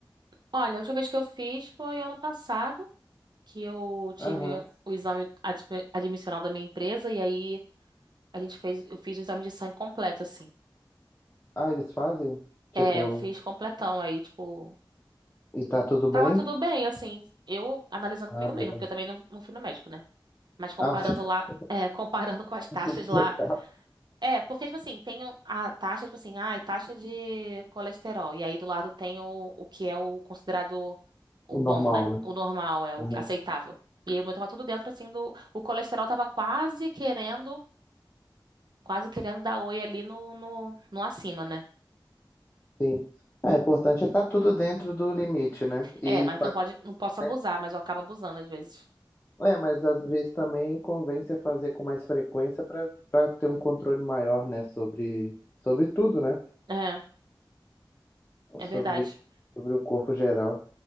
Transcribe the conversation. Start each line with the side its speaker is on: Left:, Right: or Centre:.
Right: Olha, a última vez que eu fiz foi ano passado, que eu tive
Left: Aham.
Right: o exame admi- admissional da minha empresa, e aí a gente fez, eu fiz o exame de sangue completo, assim.
Left: Ah, eles fazem? Tipo,
Right: É, eu fiz completão, aí, tipo,
Left: E tá tudo bem?
Right: tava tudo bem, assim, eu analisando
Left: Ah,
Right: comigo
Left: boa.
Right: mesmo porque eu também não, não fui no médico, né? Mas comparando
Left: Ah, você <laughs>
Right: lá, é, comparando com as taxas
Left: tem checar
Right: lá É, porque, tipo assim, tem o- a taxa, tipo assim, ah, taxa de colesterol. E aí do lado tem o, o que é o considerado o
Left: o
Right: bom,
Left: normal,
Right: né?
Left: né?
Right: O normal, é o
Left: Uhum,
Right: aceitável. E aí o meu tava tudo dentro, assim, do. O colesterol tava quase querendo, quase querendo dar oi ali no, no, no acima, né?
Left: Sim. É, o importante é estar tudo dentro do limite, né? E
Right: É, mas
Left: fazer,
Right: não pode, não posso abusar,
Left: né?
Right: mas eu acabo abusando às vezes.
Left: é, mas às vezes também convém você fazer com mais frequência para para ter um controle maior, né? Sobre, sobre tudo, né?
Right: É, é verdade.
Left: Sobre, sobre o corpo geral.